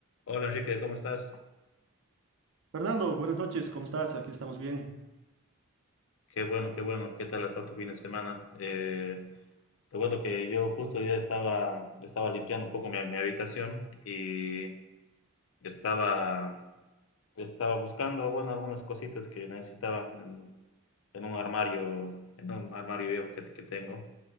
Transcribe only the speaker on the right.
Fernando, buenas noches, ¿cómo estás? Aquí estamos bien.